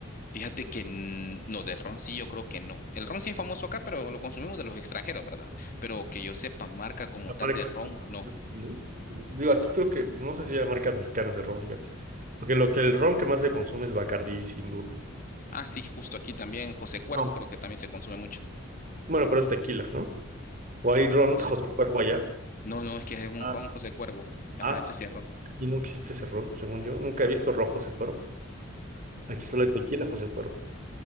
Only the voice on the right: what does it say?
Las
marcas
¿no? Digo, aquí creo que, no sé si hay marcas mexicanas de ron, fíjate. Porque lo que el ron que más se consume es Bacardí, sin duda.
No.
Bueno, pero es tequila, ¿no? ¿O hay ron
José
Cuervo allá?
Ah,
Ah, sí.
Aquí no existe ese ron, según yo. Nunca he visto rojo José Cuervo. Aquí solo hay tequila José Cuervo.